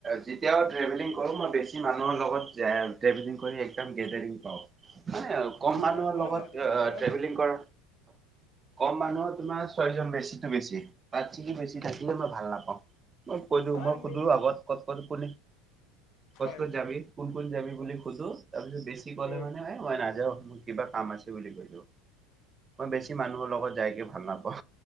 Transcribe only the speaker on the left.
মই মইয়ে
ভাল নাপাওঁ
মইয়ে
ভাল নাপাওঁ
হয়
আমি
হয়
উম